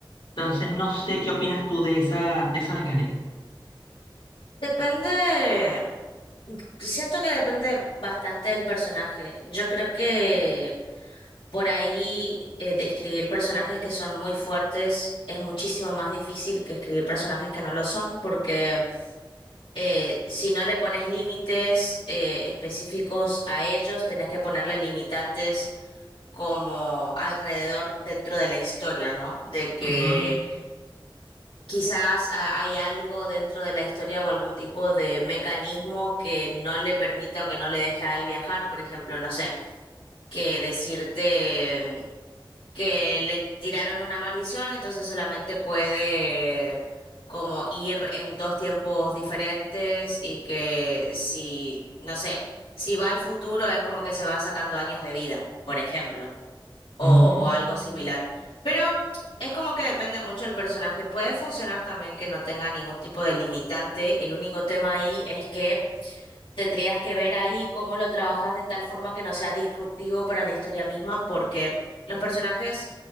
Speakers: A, on the left; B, on the left.
A: Entonces, no sé qué opinas tú de esa, de esa mecánica.
B: Depende, siento que depende bastante del personaje. Yo creo que por ahí eh, de escribir personajes que son muy fuertes es muchísimo más difícil que escribir personajes que no lo son, porque eh, si no le pones límites eh, específicos a ellos, tenés que ponerle limitantes como alrededor dentro de la historia, ¿no? De que
A: Ujú.
B: Quizás ah, hay algo dentro de la historia o algún tipo de mecanismo que no le permita o que no le deje a él viajar, por ejemplo, no sé, que decirte que le tiraron una maldición, entonces solamente puede como ir en dos tiempos diferentes y que si, no sé, si va al futuro es como que se va sacando años de vida, por ejemplo o,
A: Mm,
B: o algo similar. Pero es como que depende mucho del personaje. Puede funcionar también que no tenga ningún tipo de limitante. El único tema ahí es que tendrías que ver ahí cómo lo trabajas de tal forma que no sea disruptivo para la historia misma, porque los personajes